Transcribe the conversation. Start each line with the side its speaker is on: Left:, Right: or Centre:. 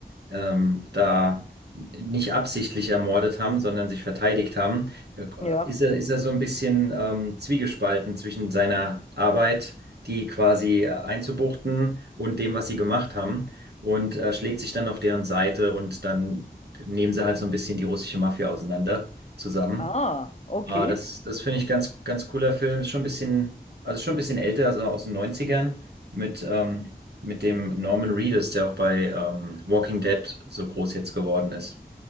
Right: ähm, da nicht absichtlich ermordet haben, sondern sich verteidigt haben, äh,
Left: Ja.
Right: ist er, ist er so ein bisschen ähm, zwiegespalten zwischen seiner Arbeit, die quasi äh, einzubuchten und dem, was sie gemacht haben, und äh, schlägt sich dann auf deren Seite und dann nehmen sie halt so ein bisschen die russische Mafia auseinander zusammen.
Left: Ah, okay.
Right: Ah, das, das finde ich ganz, ganz cooler Film. Ist schon ein bisschen, also schon ein bisschen älter, also aus den Neunzigern mit, ähm, mit dem Norman Reedus, der auch bei ähm, Walking Dead so groß jetzt geworden ist,